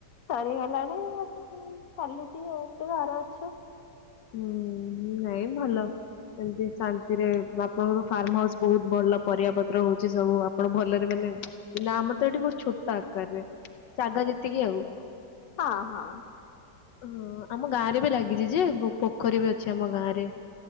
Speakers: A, on the left; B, on the left.
A: ସରିଗଲାଣି ଚାଲିଛି ଏମିତି ଘରେ ଅଛୁ।
B: ହୁଁ ନାଇଁ ଭଲ ଏମିତି ଶାନ୍ତିରେ ଆପଣଙ୍କ ଫାର୍ମ ହାଉସ ବହୁତ ଭଲ ପରିବା ପତ୍ର ହଉଛି ସବୁ ଆପଣ ଭଲରେ ମାନେ ନା ଆମର ତ ଏଠି ବହୁ ଛୋଟ ଆକାରରେ ଜାଗା ଯେତିକି ଆଉ।
A: ହଁ ହଁ।
B: ହଁ ଆମ ଗାଁ ରେ ବି ଲାଗିଛି ଯେ ପୋଖରୀ ବି ଅଛି ଆମ ଗାଁ ରେ।